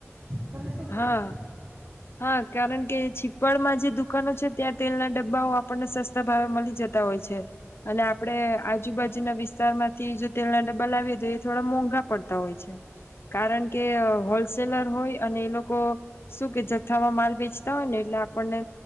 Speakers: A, on the right (about 40°); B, on the left (about 55°).
A: તમે શું કેવું.
B: હા હા કારણ કે છીપળમાં જે દુકાનો છે ત્યાં તેલના ડબ્બાઓ આપણને સસ્તા ભાવે મળી જતા હોય છે અને આપણે આજુબાજુના વિસ્તારમાંથી જો તેલના ડબ્બા લાવીએ તો એ થોડા મોંઘા પડતા હોય છે કારણ કે હોલસેલર હોય અને એ લોકો શું કે. થામાં માલ વેચતા હોય ને એટલે આપણને.